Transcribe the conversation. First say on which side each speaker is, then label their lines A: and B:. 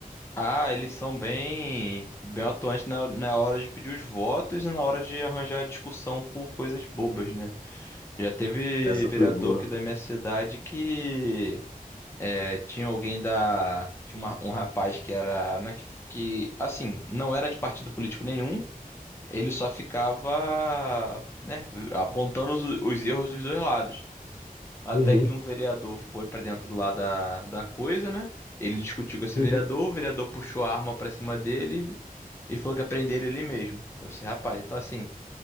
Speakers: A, on the left; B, on the left.
A: Ah, eles são bem, bem atuantes na, na hora de pedir os votos e na hora de arranjar discussão por coisas bobas, né? Já teve
B: Essa
A: vereador
B: foi boa.
A: aqui da minha cidade que é, tinha alguém da. Tinha uma- um rapaz que era. né, que, que, assim, não era de partido político nenhum, ele só ficava, né, apontando os os erros dos dois lados. Até
B: Uhum,
A: que um vereador foi pra dentro lá da, da coisa, né? Ele discutiu com esse
B: uhum.
A: vereador, o vereador puxou a arma pra cima dele e falou que ia prender ele mesmo. Esse rapaz. Então, assim,